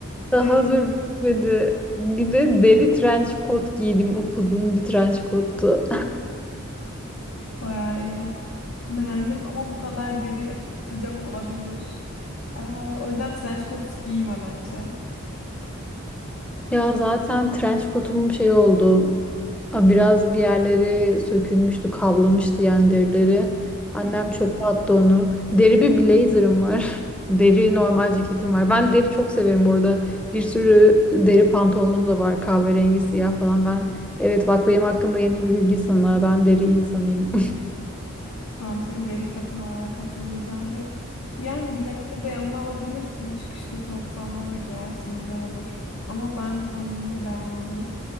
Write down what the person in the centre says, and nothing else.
daha
dur bitmedi. Bir de deri trench coat giydim. Upuzun bir trench coattu.
Ya zaten trench coat'um şey oldu. A, Biraz bir yerleri sökülmüştü, kablamıştı yani derileri. Annem
çöpe attı onu. Deri bir blazer'ım var. <laughs> Deri normal ceketim var. Ben deri çok severim bu arada. Bir sürü deri pantolonum da var. Kahverengi, siyah falan. Ben evet bak benim hakkında yeni bir bilgi sana. Ben deri insanıyım.